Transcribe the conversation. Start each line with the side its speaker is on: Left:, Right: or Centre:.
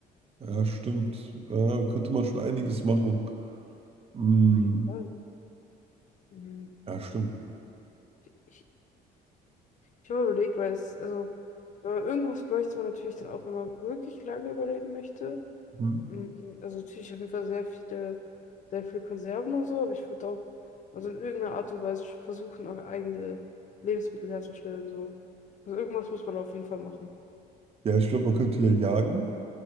Right: Ja, stimmt. Ja, könnte man schon einiges machen. Hm.
Left: Auf jeden Fall. Mhm.
Right: Ja, stimmt.
Left: Ich, ich, ich habe überlegt, weil es, also, äh, irgendwas bräuchte man natürlich dann auch, wenn man wirklich lange überleben möchte.
Right: Hm.
Left: Mhm, Also natürlich auf jeden Fall sehr viele, sehr viel Konserven und so, aber ich würde auch, also in irgendeiner Art und Weise schon versuchen, auch eigene Lebensmittel herzustellen, so. Also irgendwas muss man auf jeden Fall machen.
Right: Ja, ich glaube, man könnte ja jagen.